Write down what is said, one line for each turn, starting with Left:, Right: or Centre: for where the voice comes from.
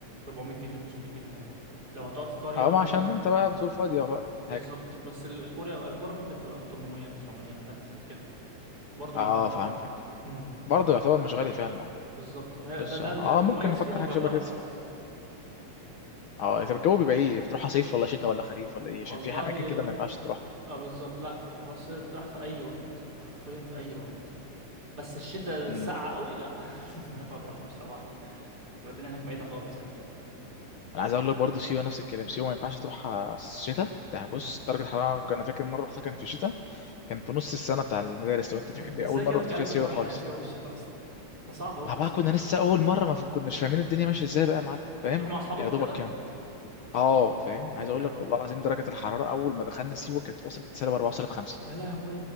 Right: 400 جنيه 500 جنيه عادي لو هتقعد في قريه
Left: اه
Right: ممكن
Left: ما عشان انت بقى بتقول فاضية بقى
Right: بالظبط
Left: حاجة
Right: بس ال- الكوريا الكورة ممكن تبقى من 800 900 ألف كده برضه
Left: اه
Right: مش غالية
Left: فهمتك
Right: حلوة امم
Left: برضه يعتبر مش غالي فعلا اه
Right: بالظبط فهي
Left: بس
Right: ده ده
Left: اه
Right: المميز
Left: ممكن نفكر
Right: فيها
Left: حاجة
Right: جوها
Left: شبه كده
Right: بس الأجواء
Left: اه طب الجو
Right: اللي
Left: بيبقى ايه بتروح صيف ولا شتاء ولا خريف ولا ايه
Right: والله
Left: عشان في اماكن كده ما ينفعش تروح
Right: اه بالظبط لا راس سدر تطرح في أي وقت حرفيا في أي وقت بس الشتاء الساقعة
Left: امم
Right: قوي لا <laughs> لا، ما تروحهاش طبعا تبقى الدنيا هناك ميتة خالص يعني
Left: انا عايز اقول لك برضه سيوة نفس الكلام سيوة ما ينفعش تروح شتاء ده بص
Right: اه
Left: درجة الحرارة كنا فاكر مرة رحتها كان في شتاء كان في نص السنة بتاع المدارس لو انت
Right: <laughs>
Left: فاكر
Right: انت
Left: دي
Right: ازاي
Left: اول مرة
Right: جالك
Left: رحت
Right: قلب
Left: فيها سيوة
Right: تروح
Left: خالص
Right: سيوة في الشتاء أصلا ده صعب أوي
Left: ما
Right: القصة
Left: بقى كنا
Right: دي
Left: لسه اول مرة ما كناش فاهمين الدنيا ماشية ازاي بقى يا معلم فاهم
Right: بتروح مع أصحابك
Left: يا
Right: وكده
Left: دوبك كام اه فاهم
Right: حلو
Left: عايز اقول
Right: حلو
Left: لك
Right: أوي
Left: والله العظيم درجه الحراره اول ما دخلنا سيوه كانت وصلت سالب 4 وسالب 5
Right: يا لهوي